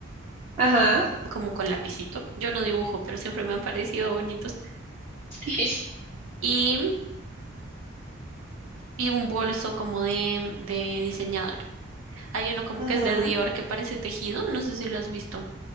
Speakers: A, on the right; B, on the right.
A: Ajá.
B: como con lapicito. Yo no dibujo, pero siempre me han parecido bonitos.
A: <laughs>
B: Y, y un bolso como de, de diseñador. Hay uno como
A: Ujú.
B: que es de Dior que parece tejido, no sé si lo has visto.